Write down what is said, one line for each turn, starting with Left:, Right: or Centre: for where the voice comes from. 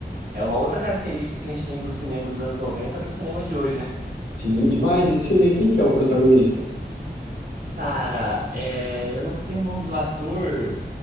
Right: É uma outra característica que a gente tem do cinema dos anos 90 para o cinema de hoje, né?
Left: Sim, demais. Esse filme aí, quem que é o protagonista?
Right: Cara, é, eu não sei o nome do ator,